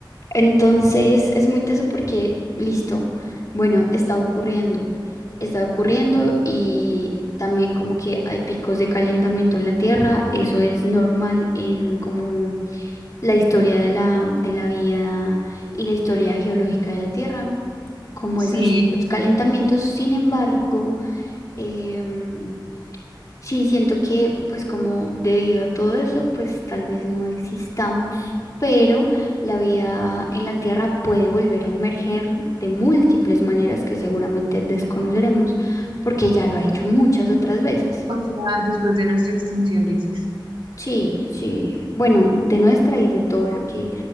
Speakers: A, on the left; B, on the right.
A: Entonces es muy teso porque, listo, bueno, está ocurriendo, está ocurriendo y también como que hay picos de calentamiento en la Tierra, eso es normal en como la historia de la, de la vida y la historia geológica de la Tierra, como esas,
B: Sí,
A: los calentamientos. Sin embargo, em, sí siento que, pues como debido a todo eso, pues tal vez no existamos, pero la vida en la Tierra puede volver a emerger de múltiples maneras que seguramente desconoceremos porque ya lo ha hecho muchas otras veces.
B: o sea, después de nuestra extinción, dices.
A: Sí, sí. Bueno, de nuestra y de todo lo que